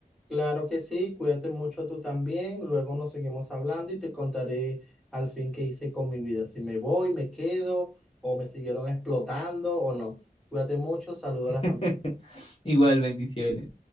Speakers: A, in the centre; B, on the left (about 40°).
A: Claro que sí, cuídate mucho tú también, luego nos seguimos hablando y te contaré al fin qué hice con mi vida, si me voy, me quedo o me siguieron explotando o no. Cuídate mucho, saludo
B: <laughs>
A: a la familia.
B: Igual, bendiciones.